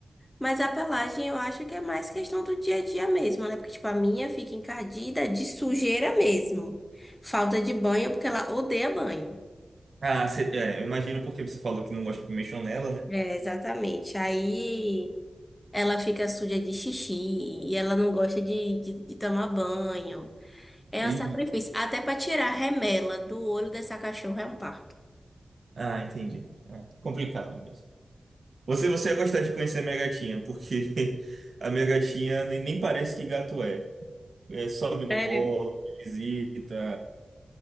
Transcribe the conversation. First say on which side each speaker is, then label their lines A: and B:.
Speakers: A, on the left; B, on the right.
A: mas a pelagem eu acho que é mais questão do dia a dia mesmo, né? Porque, tipo, a minha fica encardida de sujeira mesmo. Falta de banho, porque ela odeia banho.
B: Ah, cê, é, eu imagino porque você falou que não gosta de mexer nela, né?
A: É, exatamente. Aí ela fica suja de xixi e ela não gosta de, de, de tomar banho. É
B: E,
A: um sacrifício. Até para tirar a remela do olho dessa cachorra é um parto.
B: ah, entendi. Complicado, meu. Você, você ia gostar de conhecer a minha gatinha, porque <laughs> a minha gatinha nem, nem parece que gato é. É, sobe no
A: Sério?
B: colo, visita,